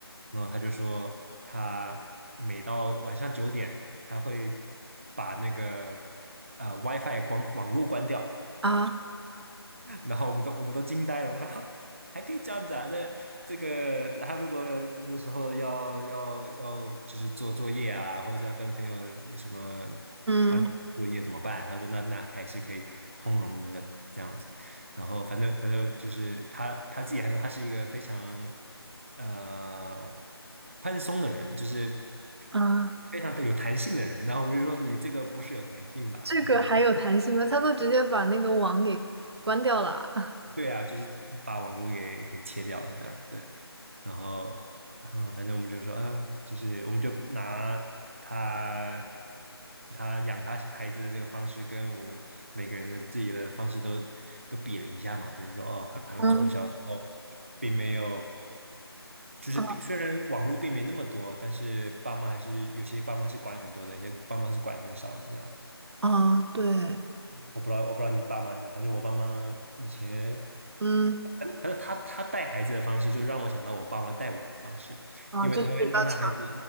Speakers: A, on the right; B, on the right.
A: 然后他就说，他每到晚上九点，他会把那个呃 WiFi 光网络关掉，
B: 啊
A: 然后我们都我们都惊呆了，我说哈 <laughs> 还可以这样子啊？那这个他如果那时候要要要就是做作业啊，或者是要跟朋友有什么
B: 嗯
A: 团体作业怎么办？他说那那还是可以通融的这样子。然后反正反正就是他他自己还说他是一个非常呃宽松的人，就是
B: 啊，
A: 非常的有弹性的人。然后我们就说你这个不是有弹性吧？
B: 这个还有弹性吗？
A: 对对
B: 他都直接把那个网给关掉了啊
A: 对啊，就是把网络给给切掉了这样，对。然后，嗯，反正我们就说啊，就是我们就拿他他养他孩子的这个方式，跟我们每个人的自己的方式都都比了一下嘛，就是说哦，好像从小的时候并没有，
B: 嗯
A: 就是并虽然网络并没那么多，
B: 嗯
A: 但是爸妈还是有些爸妈是管很多的，有些爸妈是管很少的这样。
B: 啊，对，
A: 我不知道，我不知道你爸妈，反正我爸妈以前，
B: 嗯
A: 反反正他他带孩子的方式，就让我想到我爸妈带我的方式，
B: 啊，
A: 因为他会让他孩子
B: 就是比较强，